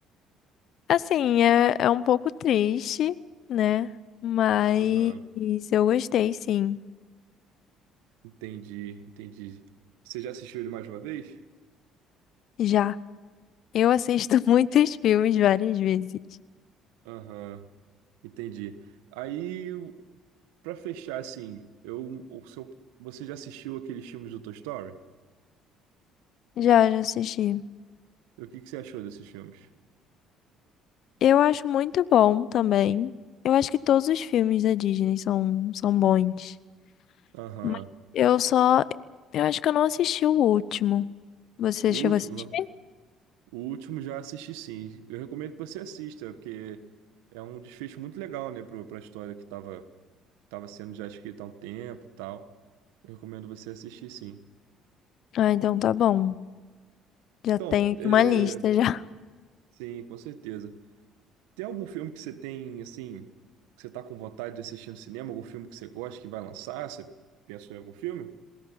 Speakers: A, on the left; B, on the right.
A: Assim, é, é um pouco triste, né? Mas
B: Aham.
A: eu gostei, sim.
B: Entendi, entendi. Você já assistiu ele mais de uma vez?
A: Já. Eu assisto <laughs> muitos filmes várias vezes.
B: Aham, entendi. Aí Pra fechar, assim, eu, o seu, você já assistiu aqueles filmes do Toy Story?
A: Já, já assisti.
B: O que que você achou desses filmes?
A: Eu acho muito bom também. Eu acho que todos os filmes da Disney são, são bons.
B: Aham.
A: Mas eu só. Eu acho que eu não assisti o último. Você
B: O
A: chegou
B: último,
A: a assistir?
B: não? O último já assisti sim. Eu recomendo que você assista, porque é um desfecho muito legal, né, pro- pra história que tava, tava sendo já escrita há um tempo e tal. Eu recomendo você assistir sim.
A: Ah, então tá bom. Já
B: Então,
A: tenho aqui
B: é,
A: uma lista já.
B: sim, com certeza. Tem algum filme que você tem, assim, que você tá com vontade de assistir no cinema? Algum filme que você gosta que vai lançar? Você pensou em algum filme?